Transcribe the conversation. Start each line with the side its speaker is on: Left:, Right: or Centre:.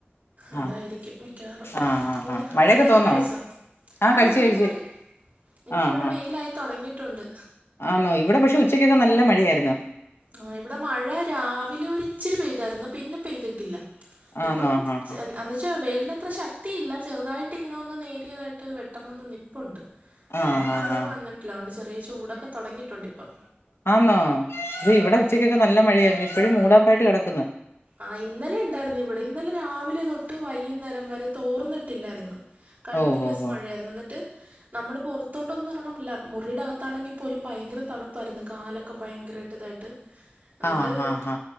Right: അതായിരിക്കും
Left: ആഹ്
Right: മിക്കാറും
Left: ആഹ് ആഹ്
Right: ഇല്ലാ
Left: ആഹ് മഴയൊക്കെ
Right: ഫുഡൊക്കെ
Left: തോന്നോ
Right: കഴിച്ചോ
Left: ആഹ്
Right: ആ
Left: കഴിച്ചു
Right: മഴ
Left: കഴിച്ചു
Right: മാറി ഇപ്പ
Left: ആഹ്
Right: ഇവിടെ
Left: ആഹ്
Right: വെയിലായി തോടങ്ങീട്ടുണ്ട്
Left: ആന്നോ ഇവിടെ പക്ഷെ ഉച്ചയ്ക്കൊക്കെ നല്ല മഴയായിരുന്നു
Right: ആ ഇവിടെ മഴ രാവിലെ ഒരിച്ചിരി പെയ്തായിരുന്നു പിന്നെ പെയ്തിട്ടില്ല
Left: ആന്നോ
Right: ഇപ്പം
Left: ആഹ് ആഹ്
Right: ചെലപ്പം എന്താച്ചാൽ വെയിലിത്ര ശക്തിയില്ല ചെറുതായിട്ട് ഇങ്ങനെ ഒന്ന് നേരിയതായിട്ട് വെട്ടം വന്ന് നിപ്പുണ്ട്
Left: ആഹ്
Right: എന്നാ മഴയും
Left: ആഹ് ആഹ്
Right: വന്നിട്ടില്ല അതോണ്ട് ചെറിയ ചൂടൊക്കെ തുടങ്ങിയിട്ടുണ്ട് ഇപ്പൊ
Left: ആന്നോ ഇ ഇവിടെ ഉച്ചക്കൊക്കെ നല്ല മഴിയായിരുന്നു ഇപ്പോഴും മൂടാപ്പായിട്ട് കെടക്കുന്നു
Right: ആ ഇന്നലെ ഉണ്ടായിരുന്നു ഇവിടെ ഇന്നലെ രാവിലെ തൊട്ട് വൈകുന്നേരം വരെ തോർന്നിട്ടില്ലായിരുന്നു കണ്ടിന്യൂസ്
Left: ഓ ഓ ഓ
Right: മഴയായിരുന്നോന്നിട്ട് നമ്മളിപ്പോൾ പുറത്തോട്ടൊന്നുംറങ്ങാമില്ല മുറിയുടെ അകത്താണെങ്കിൽ പോലും ഭയങ്കര തണുപ്പായിരുന്നു കാലൊക്കെ ഭയങ്കരയിട്ട് പടുതായിട്ട്
Left: <inaudible>
Right: ന്നിട്ട്
Left: ആഹ്